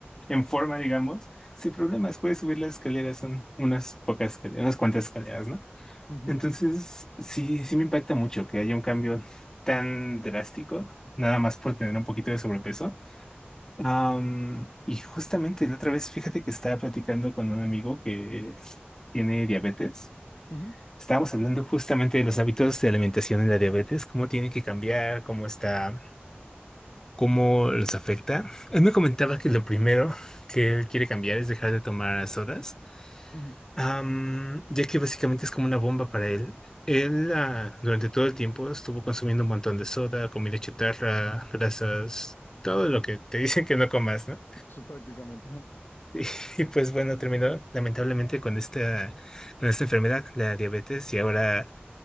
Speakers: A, on the left; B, on the left.
A: en forma, digamos, sin problemas, puede subir las escaleras, son unas pocas escaleras, unas cuantas escaleras, ¿no?
B: Ujú,
A: Entonces, sí, sí me impacta mucho que haya un cambio tan drástico, nada más por tener un poquito de sobrepeso. Am, y justamente la otra vez, fíjate que estaba platicando con un amigo que tiene diabetes.
B: ujú,
A: Estábamos hablando justamente de los hábitos de alimentación en la diabetes, cómo tiene que cambiar, cómo está, cómo los afecta. Él me comentaba que lo primero que él quiere cambiar es dejar de tomar sodas,
B: ujú. <laughs>
A: am, ya que básicamente es como una bomba para él. Él, ah, durante todo el tiempo estuvo consumiendo un montón de soda, comida chatarra, grasas, todo lo que te <laughs> dicen que no comas, ¿no?
B: Eso prácticamente. ajá.
A: <laughs> Y pues bueno, terminó lamentablemente con esta, con esta enfermedad, la diabetes, y ahora